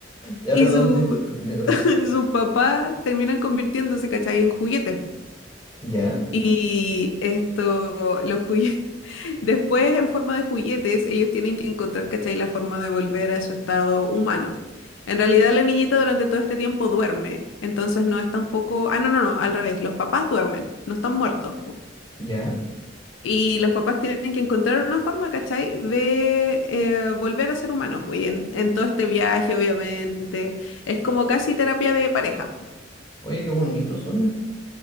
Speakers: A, on the left (about 20°); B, on the left (about 80°).
A: Ya,
B: Y
A: perdón,
B: su,
A: te- me, me dio risa.
B: <laughs> sus papás terminan convirtiéndose, ¿cachai? En juguetes.
A: Ya,
B: Y esto, los juguetes. Después, en forma de juguetes, ellos tienen que encontrar, ¿cachai? La forma de volver a su estado humano. En realidad, la niñita durante todo este tiempo duerme, entonces no es tampoco... Ah, no, no, no, al revés, los papás duermen, no están muertos. po.
A: ya.
B: Y los papás tienen que encontrar una forma, ¿cachai? De eh, volver a ser humanos. Pues, Y en, en todo este viaje, obviamente, es como casi terapia de pareja.
A: Oye, qué bonito suena.